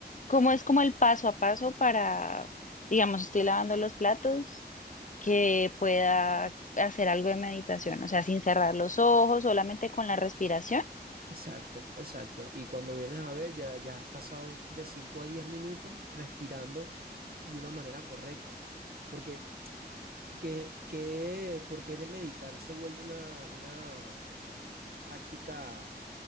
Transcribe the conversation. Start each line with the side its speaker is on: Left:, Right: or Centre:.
Left: cómo es como el paso a paso para, digamos, estoy lavando los platos, que pueda hacer algo de meditación? O sea, sin cerrar los ojos, solamente con la respiración.
Right: Exacto, exacto. Y cuando vienes a ver, ya, ya has pasado de 5 a 10 minutos respirando de una manera correcta. Porque, que, que, ¿por qué meditar se vuelve una, una práctica